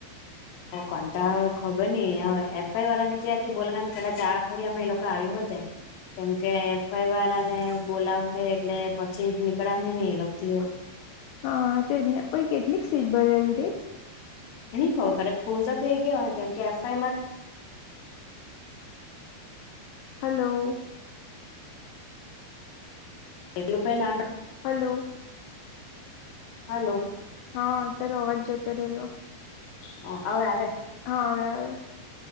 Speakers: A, on the left; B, on the left.
A: ઓ કંતા ખબરની એફઆઈ વાળાને ક્યારથી બોલવાના બે ચાર અઠવાડિયામાં એ લોકો આવી હો જાય કેમ કે એફ. વાય. વાળને બોલાવ શે, એટલે પછી નીકળા શે ની એ લોકોથી પણ
B: હા, તેમને કેટલીક સીટ ભરાવી હતી.
A: એ ની ખબર ફુલ તો થઈ ગઈ હશે, કેમ કે એફઆઈ માં
B: હલો.
A: એટલે પેલા <inaudible>
B: હલો.
A: હલો.
B: હા, તારો અવાજ જતો રહેલો.
A: હા, હવે આવે.
B: હા, હવે આવે.